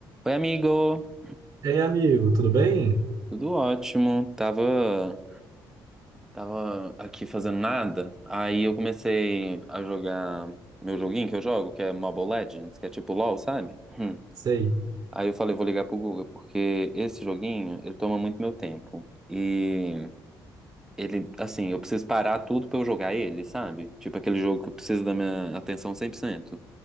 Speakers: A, in the centre; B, on the right.
A: Oi, amigo.
B: Ei, amigo, tudo bem?
A: Tudo ótimo. Tava, tava aqui fazendo nada. Aí eu comecei a jogar meu joguinho que eu jogo, que é Mobile Legends, que é tipo LoL, sabe? Hum.
B: Sei,
A: Aí eu falei, vou ligar pro Guga, porque esse joguinho, ele toma muito meu tempo. E ele, assim, eu preciso parar tudo pra eu jogar ele, sabe? Tipo aquele jogo que eu preciso da minha atenção 100%.